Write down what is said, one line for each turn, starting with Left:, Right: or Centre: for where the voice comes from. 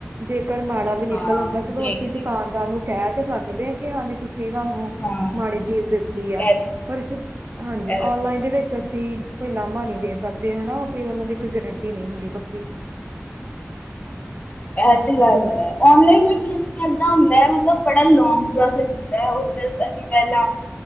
Right: ਜੇਕਰ ਮਾੜਾ- ਵੀ ਨਿਕਲ
Left: ਹਾਂ
Right: ਆਉਂਦਾ, ਚਲੋ
Left: ਦੇਖ
Right: ਅਸੀਂ
Left: ਕੇ
Right: ਦੁਕਾਨਦਾਰ ਨੂੰ ਕਹਿ ਤੇ ਸਕਦੇ ਹਾਂ ਕਿ ਹਾਂਜੀ ਤੁਸੀਂ ਸਾਨੂੰ- ਉਹ
Left: ਹਾਂ
Right: ਮਾੜੀ ਚੀਜ਼ ਦਿੱਤੀ ਆ-
Left: ਇਹ
Right: ਰ ਇਸ ਹਾਂਜੀ,
Left: ਇਹ
Right: ਔਨਲਾਈਨ
Left: ਵੀ
Right: ਦੇ ਵਿੱਚ ਅਸੀਂ ਕੋਈ ਲਾਮਾ ਨਹੀਂ ਦੇ- ਸਕਦੇ ਹਨਾ, ਔ ਕਈ ਵਾਰ ਉਹਨਾਂ ਦੀ ਕੋਈ ਗਰੰਟੀ ਨਹੀਂ ਹੁੰਦੀ ਪੱਕੀ-
Left: ਇਹ ਤੇ ਗੱਲ ਹੈ, ਔਨਲਾਈਨ ਵਿੱਚ- ਏਦਾਂ ਹੁੰਦਾ ਹੈ ਮਤਲਬ ਬੜਾ ਲੋਂਂਗ ਪ੍ਰੋਸੈਸ ਹੁੰਦਾ ਹੈ, ਉ ਜ ਅਸੀਂ ਪਹਿਲਾਂ-